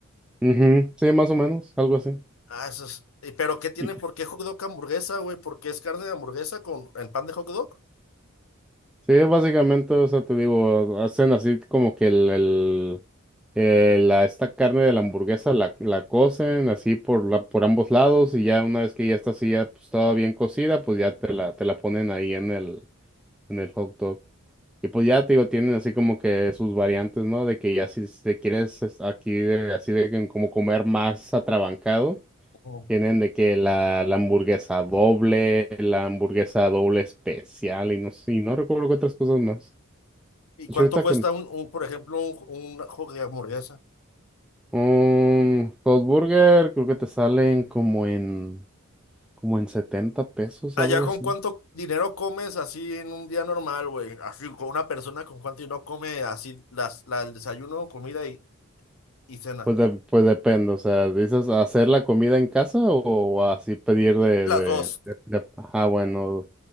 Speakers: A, in the centre; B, on the left (about 80°).
A: Ujú, Sí, más o menos, algo así.
B: Ah, esas. ¿Y pero qué tiene?
A: Y
B: ¿Por qué hot dog hamburguesa, güey? ¿Por qué es carne de hamburguesa con en pan de hot dog?
A: sí, básicamente, o sea, te digo, hacen así como que el, el- eh, la, esta carne de la hamburguesa la, la cocen así por, la, por ambos lados y ya una vez que ya está así, ya pues, toda bien cocida, pues ya te la, te la ponen ahí en el... en el hot dog. Y pues ya te digo, tienen así como que sus variantes, ¿no? De que ya si te quieres es- aquí de- así de que como comer más atrabancado,
B: Oh.
A: tienen de que la, la hamburguesa doble, la hamburguesa doble especial y no sé, y no recuerdo qué otras cosas más.
B: ¿Y
A: De
B: cuánto
A: hecho, ahorita
B: cuesta
A: que
B: un, un, por ejemplo, un, un hot de hamburguesa?
A: un hot burger creo que te salen como en como en 70 pesos,
B: Allá
A: algo
B: con
A: así.
B: cuánto dinero comes así en un día normal, güey. Así con una persona con cuánto dinero come así las, la, el desayuno, comida y, y cena.
A: Pues, de- pues depende, o sea, ¿dices hacer la comida en casa o así pedir de,
B: Las
A: de,
B: dos.
A: de- de- Ajá, bueno,